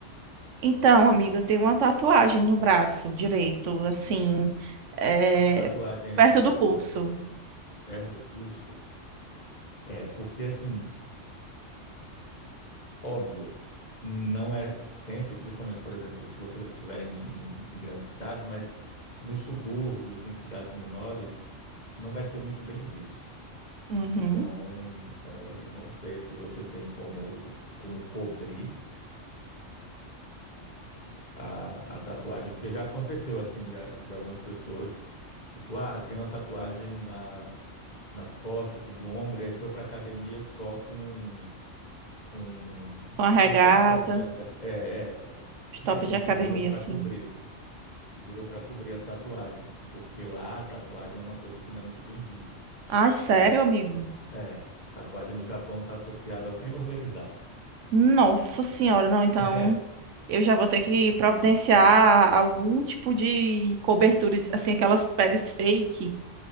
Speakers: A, on the right; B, on the left.
A: Então, amiga, eu tenho uma tatuagem no braço direito, assim, é,
B: Essa tatuagem
A: perto
B: é, tipo,
A: do pulso.
B: perto do pulso? É, porque assim. Óbvio, não é sempre, principalmente, por exemplo, se você estiver em, em- grandes cidades, mas nos subúrbios, em cidades menores, não vai ser muito bem visto.
A: Uhum.
B: Então, é, não sei se você tem como, como cobrir a, a tatuagem, porque já aconteceu assim de, de algumas pessoas, tipo, ah, tem uma tatuagem nas, nas costas, do ombro, e aí foi para academia só com com,
A: Uma regata,
B: com aqueles tops de, de- é, é, de academia
A: os top
B: e
A: de academia,
B: pediram para
A: assim.
B: cobrir, pediram para cobrir as tatuagens, porque lá a tatuagem é uma coisa que não é muito bem vista.
A: Ai, sério, amigo?
B: É, tatuagem no Japão está associada ao crime organizado.
A: Nossa senhora, não, então
B: <laughs>
A: eu já vou ter que providenciar algum tipo de cobertura, de- assim, aquelas peles fake,